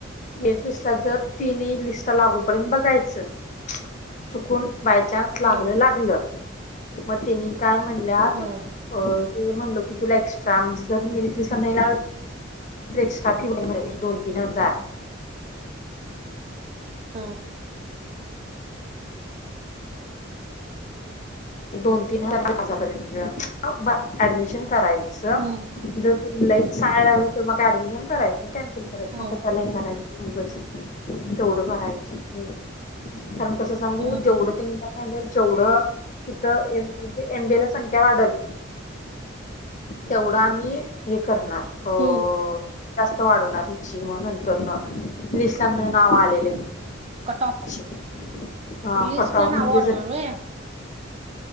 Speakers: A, on the left; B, on the right.
A: मेरिट लिस्ट जर तिनही लिस्ट लागोपर्यंत बघायचं चुकून बायचान्स लागलं
B: हम्म
A: लागलं मग तिनी काय म्हणल्यात
B: हम्म
A: अ हे म्हणलो की तुला एक्स्ट्रा म्हणजे जर मीरीथिस नाही लाव एक्स्ट्रा फी हो दोन तीन हजार
B: हम
A: एक दोन - तीन हजार हजारर्यंत ऍडमिशन करायचं
B: हम्म
A: जर ते लईच सांगाय लागले तर मग ऍडमिशन करायचं ना कॅन्सल करायच
B: हम्म
A: मग क लय करायचं. उगच तेवढं भरायचं हे कारण कसं सांगू
B: हम्म
A: जेवढं त्यांनी कायलं जेवढं णजे म्हणजे एम बी ए ला संख्या वाढल तेवढा आम्ही हे करणार अ
B: हम्
A: जास्त वाढवणार हिची म नंतर लि त्यांना नाव आलेल्यांची
B: कट ऑफ
A: हा
B: लिस्टला
A: कट आॅप
B: नावं
A: मदी
B: वाढवणार
A: जरी
B: होय